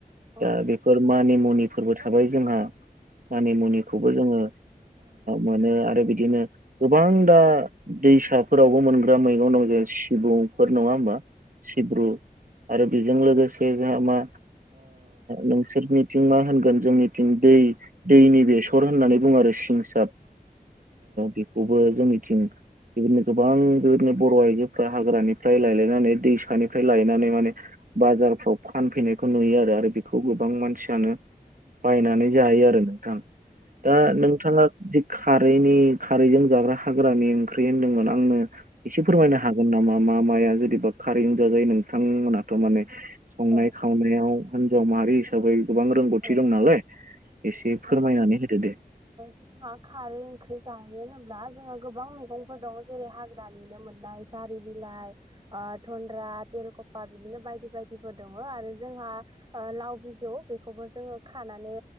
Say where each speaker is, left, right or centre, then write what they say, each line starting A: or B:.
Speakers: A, on the right; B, on the right.
A: औ
B: दा बेफोर मानि मुनि फोरबो थाबाय जोंहा मानि मुनिखौबो
A: औ
B: जोङो मोनो आरो बिदिनो गोबां दा दैसाफोरावबो मोनग्रा मैगं दं जों सिबुंफोर नङा होमबा सिब्रु आरो बेजों लोगोसे जोंहा मा नोंसोरनिथिं मा होनगोन जोंनिथिं दै दैनि बेसर होननानै बुङो आरो सिंसाब बेखौबो जोंनिथिं बेबायदिनो गोबां बेबायदिनो बर' आइजोफ्रा हाग्रानिफ्राय लायलायनानै दैसानिफ्राय लायनानै माने बाजारफ्राव फानफैनायखौ नुयो आरो आरो बेखौ गोबां मानसियानो
A: <unintelligible>
B: बायनानै जायो आरो नोंथां
A: औ
B: दा
A: नंगौ
B: नोंथाङा जि खारैनि खारैजों जाग्रा हाग्रानि ओंख्रि होन्दोंमोन आंनो एसे फोरमायनो
A: औ
B: हागोन नामा? मा माया जुदिबा खारै जाजायो नोंथांमोनाथ' माने संनाय
A: औ
B: खावनायाव हिनजाव माहारि हिसाबै गोबां रोंगौथि
A: औ
B: दं नालाय
A: नोंथां
B: एसे फोरमायनानै होदो दे।
A: जोंहा खारै ओंख्रि जायो। जों गोबां मैंफोर दं जेरै हाग्रानिनो मोननाय सारि बिलाइ गन्द्रा तेरुकफा बिदिनो बायदि बायदिफोर दङ आरो जोंहा लाव बिजौ बेखौबो जों खानानै